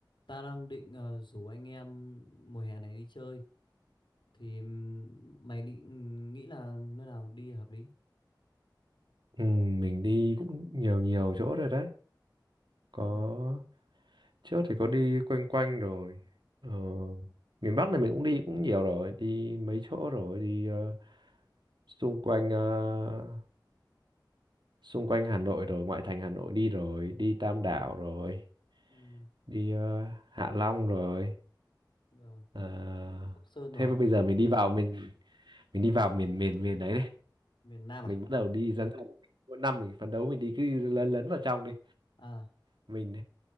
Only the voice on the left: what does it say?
Ta đang định ờ, rủ anh em mùa hè này đi chơi thì ừm, mày định nghĩ là nơi nào đi hợp lý?
Ừ,
ừ,
rồi.
Sóc Sơn rồi,
miền Nam
à?
À,